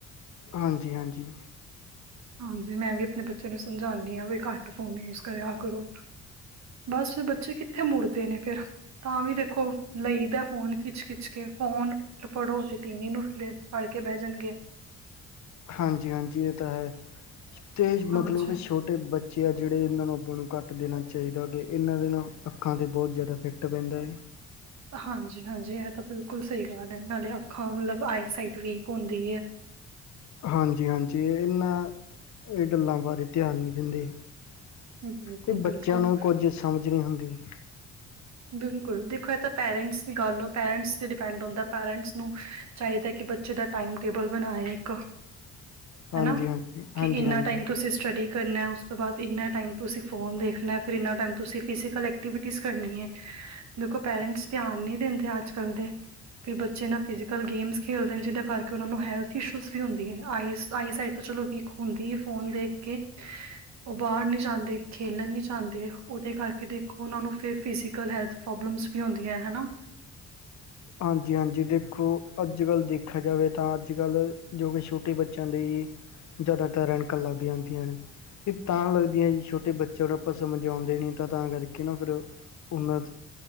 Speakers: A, on the left (about 65°); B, on the right (about 65°).
A: ਹਾਂਜੀ-ਹਾਂਜੀ
B: ਹਾਂਜੀ, ਮੈਂ ਵੀ ਆਪਣੇ ਬੱਚੇ ਨੂੰ ਸਮਝਾਨੀ ਹਾਂ ਵੀ ਘੱਟ ਫੋਨ ਯੂਸ ਕਰਿਆ ਕਰੋ। ਬਸ ਬੱਚੇ ਕਿੱਥੇ ਮੁੜਦੇ ਨੇ ਫੇਰ। ਤਾਂ ਵੀ ਦੇਖੋ ਲਈਦਾ ਫੋਨ ਖਿੱਚ-ਖਿੱਚ ਕੇ ਫੋਨ। ਫੜੋ ਤੇ ਟੀ ਵੀ ਨੂੰ ਲੈ ਫੜ ਕੇ ਬਹਿ ਜਾਣਗੇ।
A: ਹਾਂਜੀ-ਹਾਂਜੀ, ਇਹ ਤਾਂ ਹੈ ਤੇ ਮਤਲਬ
B: ਹਾਂਜੀ।
A: ਕਿ ਛੋ ਤੇ ਬੱਚੇ ਆ ਜਿਹੜੇ ਇਹਨਾਂ ਨੂੰ ਆਪਾਂ ਨੂੰ ਘੱਟ ਦੇਣਾ ਚਾਹੀਦਾ ਕਿ ਇਹਨਾਂ ਦੇ ਨਾ ਅੱਖਾਂ ਤੇ ਬਹੁਤ ਜ਼ਿਆਦਾ ਇਫੈਕਟ ਪੈਂਦਾ ਏ।
B: ਹਾਂਜੀ-ਹਾਂਜੀ, ਇਹ ਤਾਂ ਬਿਲਕੁਲ ਸਹੀ ਗੱਲ ਹੈ ਨਾਲੇ ਅੱਖਾਂ ਮਤਲਬ ਆਈ ਸਾਈਟ ਵੀਕ ਹੁੰਦੀ ਹੈ।
A: ਹਾਂਜੀ-ਹਾਂਜੀ, ਇਹਨਾਂ ਇਹ ਗੱਲਾਂ ਬਾਰੇ ਧਿਆਨ ਨੀ ਦਿੰਦੇ।
B: ਬਿਲਕੁਲ,
A: ਤੇ ਬੱਚਿਆਂ
B: ਬਿਲਕੁਲ,
A: ਨੂੰ ਕੁੱਝ ਸਮਝ ਨੀ ਹੁੰਦੀ।
B: ਬਿਲਕੁਲ ਦੇਖੋ ਇਹ ਤਾਂ ਪੈਰੈਂਟਸ ਦੀ ਗੱਲ ਹੋ, ਪੈਰੈਂਟਸ ਤੇ ਡਿਪੈਂਡ ਹੁੰਦਾ, ਪੈਰੈਂਟਸ ਨੂੰ ਚਾਹੀਦਾ ਕਿ ਬੱਚੇ ਦਾ ਟਾਈਮ ਟੇਬਲ ਬਣਾਏ ਇੱਕ।
A: ਹਾਂਜੀ-ਹਾਂਜੀ,
B: ਹਨਾ ਕਿ
A: ਹਾਂਜੀ-ਹਾਂਜੀ।
B: ਇੰਨਾ ਟਾਈਮ ਤੁਸੀ ਸਟੱਡੀ ਕਰਨਾ ਉਸ ਤੋਂ ਬਾਅਦ ਇੰਨਾ ਟਾਈਮ ਤੁਸੀਂ ਫੋਨ ਦੇਖਨੇ, ਫਿਰ ਇੰਨਾ ਟਾਈਮ ਤੁਸੀਂ ਫਿਜੀਕਲ ਐਕਟੀਵਿਟੀਜ਼ ਕਰਨੀ ਹੈ। ਦੇਖੋ ਪੇਰੈਂਟਸ ਧਿਆਨ ਨਹੀਂ ਦਿੰਦੇ ਅੱਜ ਕੱਲ ਦੇ। ਵੀ ਬੱਚੇ ਨਾ ਫਿਜ਼ੀਕਲ ਗੇਮਸ ਖੇਡਦੇ ਨੇ ਜਿਹਦੇ ਕਰਕੇ ਉਹਨਾਂ ਨੂੰ ਹੈਲਥ ਇਸ਼ੂਜ਼ ਵੀ ਹੁੰਦੀ ਹੈ ਆਈਸ ਆਈ ਸਾਇਡ ਤੇ ਚਲੋ ਵੀ ਹੁੰਦੀ ਹੈ ਫੋਨ ਦੇਖ ਕੇ। ਉਹ ਬਾਹਰ ਨੀ ਜਾਂਦੇ, ਖੇਲਣ ਨੀ ਜਾਂਦੇ, ਉਹਦੇ ਕਰਕੇ ਦੇਖੋ ਉਹਨਾਂ ਨੂੰ ਫਿਰ ਫਿ ਕਲ ਹੈਲਥ ਪ੍ਰੋਬਲਮਸ ਵੀ ਹੁੰਦੀਆਂ ਹਨਾ।
A: ਹਾਂਜੀ-ਹਾਂਜੀ, ਦੇਖੋ ਅੱਜ ਕੱਲ ਦੇਖਿਆ ਜਾਵੇ ਤਾਂ ਅੱਜ ਕੱਲ ਜੋ ਕਿ ਛੋਟੇ ਬੱਚਿਆਂ ਦੇ ਜ਼ਿਆਦਾਤਰ ਐਨਕਾਂ ਲੱਗ ਜਾਂਦੀਆਂ ਨੇ। ਤਾਂ ਲੱਗਦੀਆਂ ਜੀ, ਛੋਟੇ ਬੱਚਿਆਂ ਨੂੰ ਆਪਾਂ ਸਮਝਾਉਂਦੇ ਨ ਤਾਂ ਕਰਕੇ ਨਾ ਫਿਰ ਉਹਨਾਂ